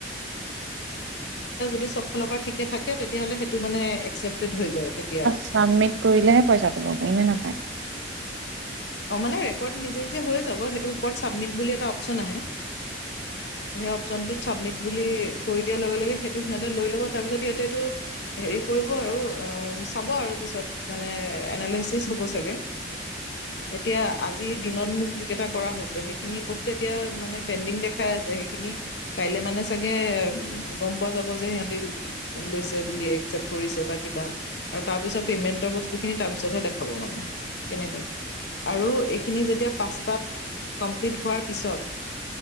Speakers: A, on the left; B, on the right.
A: যদি চব ফালৰ পৰা ঠিকে থাকে, তেতিয়াহ'লে সেইটো মানে একচেপ্টেড হৈ যায়। তেতিয়া অ
B: চাবমিট কৰিলেহে পইচাটো পাব ইনে নাপায়।
A: মানে ৰেকৰ্ড নিজে নিজে হৈ যাব, সেইটো ওপৰত চাবমিট বুলি এটা অপচন আহে। সেই অপচনটোত চাবমিট বুলি কৰি দিয়াৰ লগে লগে সেইটো সিহঁতে লৈ ল'ব, তাৰপিছত সিহতে এইটো হেৰি কৰিব আৰু চাব আৰু পিছত মানে এনালাইচিছ হ'ব চাগে <inaudible> এতিয়া আজিৰ দিনত মোক যিকেইটা কৰা হৈছে। সেইখিনি বস্তু এতিয়া মানে পেণ্ডিং দেখাই আছে সেইখিনি কাইলে মানে চাগে গম পোৱা যাব যে সিহঁতি লৈছে বুলি একচেপ্ট কৰিছে বা কিবা আৰু তাৰ পিছত পেমেন্টৰ বস্তু খিনি তাৰ পিছতহে দেখাব মানে কেনেকে আৰু এইখিনি যেতিয়া পাঁচটাত কমপ্লিট হোৱাৰ পিছত